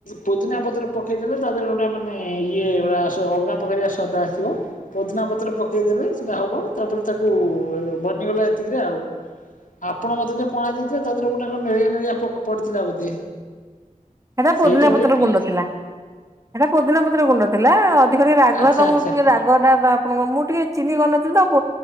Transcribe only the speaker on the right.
ହେଟା
ପୋଦିନା ପତ୍ର
ଗୁଣ୍ଡ ଥିଲା। ହେଟା ପୁଦିନା ପତ୍ର ଗୁଣ୍ଡ ଥିଲା ଅଧିକ ଟିକେ ରାଗୁଆ
ତମୁକୁ
ଟିକେ ରା ଗଟା ବା ଆପଣଙ୍କର ମୁଁ ଟିକେ ଚିନି କରିନଥିଲି ତ ପୁଅ